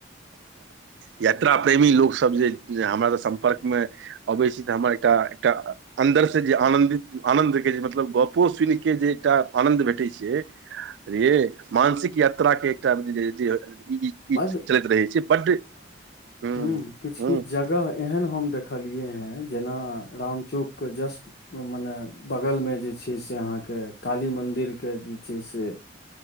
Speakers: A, on the right; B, on the left.
A: यात्रा प्रेमी लोक सभ जे हमरास सम्पर्क मे अबै छी त हमर एकटा एकटा अन्दरसँ जे आनन्दित आनन्दके जे मतलब गप्पो सुनि क जे एकटा आनन्द भेटैत छै ये मानसिक यात्रा के आब जे जे ई ई
B: बड
A: चलैत रहै छै बड्ड हूँ
B: हुं किछ
A: हूँ
B: किछ जगह एहन हम देख देखलिअइ हें जेना राम चौक के जस्ट मने बगल मे जे छै से अहाँ के काली मन्दिर के जे छै से